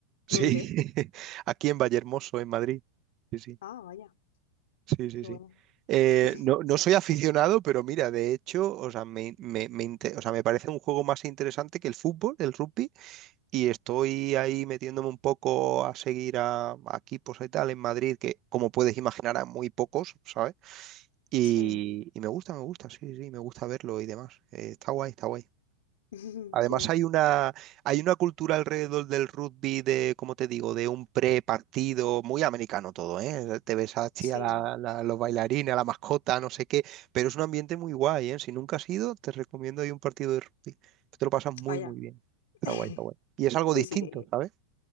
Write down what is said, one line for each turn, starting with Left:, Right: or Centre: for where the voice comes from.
Right: Sí,
Left: ¿Dónde?
Right: <laughs> aquí en Vallehermoso, en Madrid. Sí, sí,
Left: Ah, vaya,
Right: sí, sí,
Left: qué
Right: sí.
Left: bueno.
Right: Eh,
Left: <laughs>
Right: no, no soy aficionado, pero mira, de hecho, o sea, me, me, me inte- o sea, me parece un juego más interesante que el fútbol, el rugby, y estoy ahí metiéndome un poco a seguir a, a equipos y tal en Madrid, que como puedes imaginar, a muy pocos, ¿sabes? Y,
Left: Sí,
Right: y me gusta, me gusta, sí, sí, me gusta verlo y demás. Eh, está guay, está guay.
Left: <laughs>
Right: Además
Left: qué bien.
Right: hay una, hay una cultura alrededor del rugby de, como te digo, de un pre-partido, muy americano todo, ¿eh? Te ves así
Left: Sí,
Right: a la- la- los bailarines, a la mascota, no sé qué, pero es un ambiente muy guay, ¿eh? Si nunca has ido, te recomiendo ahí un partido de rugby. Te lo pasas muy,
Left: vaya.
Right: muy bien. Está
Left: <laughs>
Right: guay, está guay. Y es algo
Left: Pues
Right: distinto,
Left: iré.
Right: ¿sabes?